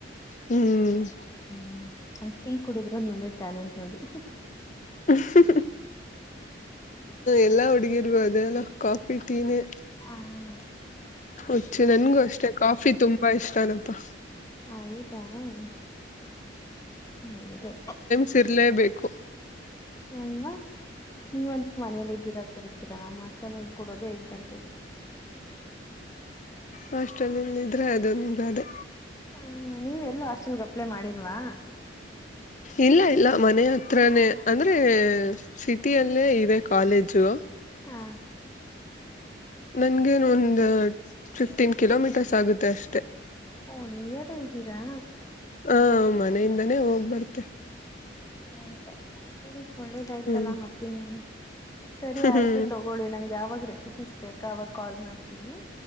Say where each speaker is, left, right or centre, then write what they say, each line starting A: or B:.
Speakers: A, on the left; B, on the left.
A: ಹ್ಮ್
B: ಹ್ಮ್ ಆಕ್ಟಿ ಕುಡಿದ್ರೆ ನಂದೆ ಟ್ಯಾಲೆಂಟ್ ನೋಡಿ
A: ಹ್ಮ ಎಲ್ಲಾ ಹುಡುಗಿರ ಅದೇ ಅಲ್ಲ ಕಾಫಿ ಟೀನೇ
B: ಹ್ಮ್ಮ
A: ಹಚ್ಚು ನನ್ಗೂ ಅಷ್ಟೆ ಕಾಫಿ ತುಂಬಾ ಇಷ್ಟ ಅನಪಾ
B: ಹೌದಾ ಹ್ಮ್ ಅಂಗೇ
A: ಸಿರ್ಲೇಬೇಕು
B: ಅಲ್ವಾ ನೀವಂದು ಮನೇಲ್ಲ ಇದೀರಾ ಕುಡಿತೀರಾ ನಮ್ಮ್ ಹಾಸ್ಟೆಲ್ನಲ್ಲಿ ಕೊಡೋದೇ ಐದ್ ಗಂಟೆಗೆ
A: ಹಾಸ್ಟೆಲ್ ನಲ್ಲಿ ಇದ್ರೆ ಅದೊಂದು ಅದೇ
B: ಹ್ಮ ನೀವೆಲ್ಲೂ ಹಾಸ್ಟೆಲ್ಗೆ ಅಪ್ಲೇ ಮಾಡಿಲ್ವಾ
A: ಇಲ್ಲ ಇಲ್ಲ ಮನೆ ಹತ್ರನೇ ಅಂದರೆ ಸಿಟಿಯಲ್ಲೇ ಇವೆ ಕಾಲೇಜು
B: ಹಾ
A: ನನ್ಗೇನು ಒಂದು ಫಿಫ್ಟೀನ್ ಕಿಲೋಮೀಟರ್ಸ್ ಆಗುತ್ತೆ ಅಷ್ಟೆ
B: ಓ ನೀಯಾರೇ ಇದ್ದೀರಾ
A: ಹಾ ಮನೆಯಿಂದಾನೇ ಹೋಗ್ ಬರ್ತೆೆ
B: ಹ್ಮ ಹೇಳಿ ಒಳ್ಳೇದಾಯ್ತಲ್ಲಾ
A: ಹ್ಮ್
B: ಮತ್ತನ್ನ್ ಸರಿ ಆಯ್ತು
A: ಹ್ಮ್
B: ತಗ ಹೋಳ್ಳಿ ನಂಗೆ ಯಾವಾಗ ರೆಸಿಪಿಸಸ್ ಬೇಕಾ ಅವಾಗ ಕಾಲ್ ಮಾಡ್ತೀನಿ